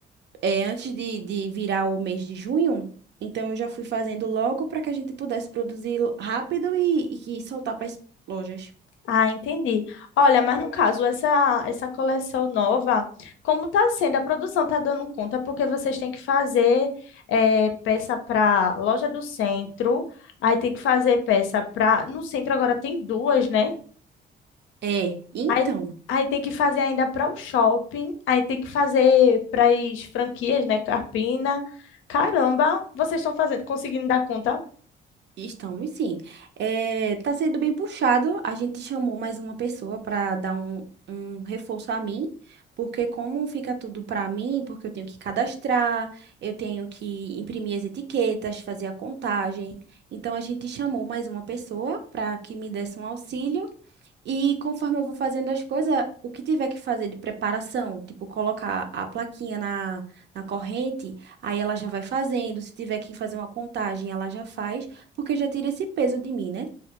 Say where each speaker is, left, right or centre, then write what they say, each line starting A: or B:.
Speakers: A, on the right; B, on the left.
A: é, antes de, de virar o mês de junho. Então, eu já fui fazendo logo para que a gente pudesse produzir rápido e, e que soltar para as lojas.
B: Ah, entendi. Olha, mas no caso, essa, essa coleção nova, como tá sendo? A produção tá dando conta, porque vocês têm que fazer eh, peça para loja do centro, aí tem que fazer peça para. No centro agora tem duas, né?
A: É, então.
B: Aí, aí tem que fazer ainda para o shopping, aí tem que fazer para as franquias, né? Carpina. Caramba, vocês estão fazendo, conseguindo dar conta?
A: Estamos sim. é tá sendo bem puxado. A gente chamou mais uma pessoa para dar um, um reforço a mim, porque como fica tudo para mim, porque eu tenho que cadastrar, eu tenho que imprimir as etiquetas, fazer a contagem. Então a gente chamou mais uma pessoa para que me desse um auxílio. E conforme eu vou fazendo as coisas, o que tiver que fazer de preparação, tipo colocar a plaquinha na, na corrente, aí ela já vai fazendo. Se tiver que fazer uma contagem, ela já faz, porque já tira esse peso de mim, né?